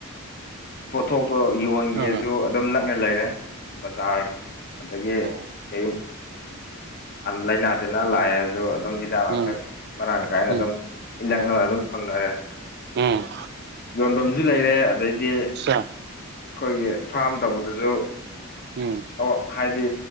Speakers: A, on the left; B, on the right.
A: ꯄꯣꯠꯊꯣꯛꯇꯣ ꯌꯣꯟꯒꯦꯁꯨ
B: ꯑꯥ
A: ꯑꯗꯨꯝ ꯅꯛꯅ ꯂꯩꯔꯦ ꯕꯖꯥꯔ ꯑꯗꯒꯤ
B: ꯑꯥ
A: ꯀꯌꯨꯝ ꯂꯥꯏꯅꯥ ꯇꯤꯟꯅꯥ ꯂꯥꯛꯑꯁꯨ ꯑꯗꯨꯝ ꯍꯤꯗꯥꯛ ꯂꯥꯡꯊꯛ
B: ꯎꯝ
A: ꯃꯔꯥꯡ ꯀꯥꯏꯅ
B: ꯎꯝ
A: ꯑꯗꯨꯝ ꯏꯅꯛ ꯅꯛꯅ ꯑꯗꯨꯝ ꯐꯪꯅꯔꯦ
B: ꯎꯝ
A: ꯌꯣꯟꯐꯝꯁꯨ ꯂꯩꯔꯦ ꯑꯗꯩꯗꯤ ꯑꯩꯈꯣꯏꯒꯤ
B: ꯑꯆꯥ
A: ꯐꯥꯝ ꯇꯧꯕꯗꯁꯨ
B: ꯎꯝ
A: ꯑꯣꯛ ꯍꯥꯏꯗꯤ